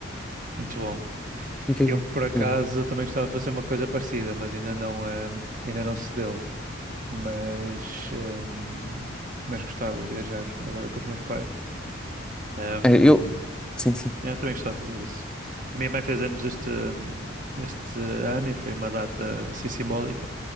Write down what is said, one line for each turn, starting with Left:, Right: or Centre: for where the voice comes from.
Right: Muito bom.
Centre: Fica
Right: Eu,
Centre: aí.
Right: por acaso,
Centre: Yeah.
Right: também gostava de fazer uma coisa parecida, mas ainda não, ehm, ainda não se deu. Mas, ehm, mas gostava de viajar agora com os meus pais. Ehm,
Centre: É, eu. Sim, sim.
Right: Yeah, também gostava de fazer isso. A minha mãe fez anos este, este ano e foi uma data assim simbólica.